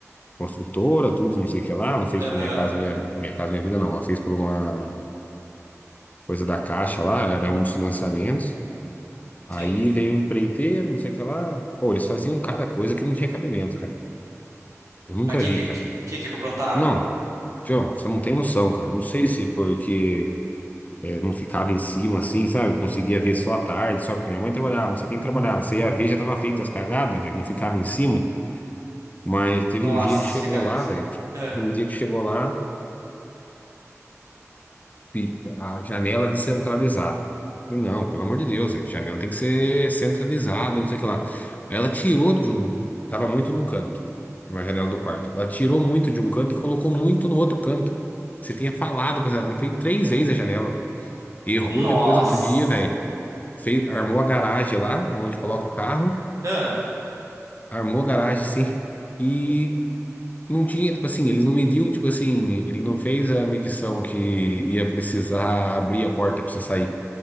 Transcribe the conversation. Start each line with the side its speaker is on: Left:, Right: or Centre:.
Left: construtora, tudo, não sei o que lá. Ela fez
Right: Aham,
Left: pela Minha Casa Minha, minha Casa Minha Vida, não. Ela fez por uma coisa da Caixa lá, era um dos financiamentos. Aí
Right: sim.
Left: veio o empreiteiro, não sei o que lá. Pô, eles faziam cada coisa que não tinha cabimento, cara. Eu nunca
Right: Mas o que,
Left: vi,
Right: que,
Left: cara.
Right: que, que que plantaram?
Left: Não, João, você não tem noção, cara. Não sei se porque É, não ficava em cima, assim, sabe? Eu conseguia ver só à tarde, só porque minha mãe trabalhava, não sei quem trabalhava. Você ia ver, já tava feita as cagadas, velho. Não ficava em cima. Mas teve
Right: Nossa,
Left: um dia que chegou
Right: chega.
Left: lá, velho.
Right: Ah,
Left: Um dia que chegou lá, e a janela descentralizada. Falei, não, pelo amor de Deus, velho. Janela tem que ser centralizada, não sei o que lá. Aí Ela tirou de um. Tava muito num canto, uma janela do quarto. Ela tirou muito de um canto e colocou muito no outro canto. Você tinha falado, pra ela, eu falei três vezes a janela. Errou
Right: Nossa.
Left: depois outro dia, velho. fez, armou a garagem lá, onde coloca o carro,
Right: Ah,
Left: armou a garagem, sim, e não tinha, tipo assim, eles não mediu, tipo assim, ele não fez a medição que ia precisar abrir a porta pra você sair.